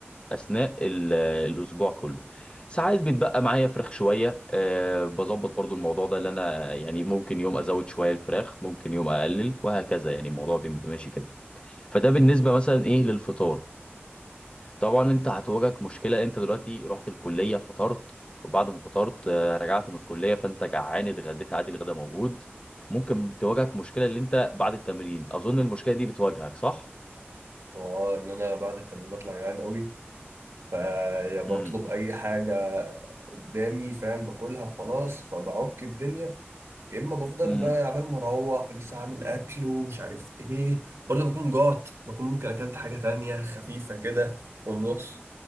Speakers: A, on the left; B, on the right.
A: اثناء ال- الاسبوع كله ساعات بيتبقى معايا فراخ شويه أه بظبط برضو الموضوع ده اللي انا يعني ممكن يوم ازود شويه الفراخ ممكن يوم اقلل وهكذا يعني الموضوع بيبقى ماشي كده فده بالنسبه مثلا ايه للفطار طبعا انت هتواجهك مشكله انت دلوقتي رحت الكليه فطرت وبعد ما فطرت آه، رجعت من الكليه فانت جعان اتغديت عادي الغدا موجود ممكن تواجهك مشكله اللي انت بعد التمرين اظن المشكله دي بتواجهك صح
B: واه ان انا بعد التمرين بطلع جعان قوي فيا بطلب
A: امم
B: اي حاجه قدامي فاهم باكلها وخلاص فبعك الدنيا يا اما بفضل
A: امم
B: بقى عبال ما اروح لسه عامل اكل ومش عارف ايه ولا بكون جعت بكون ممكن اكلت حاجه تانية خفيفه كده في النص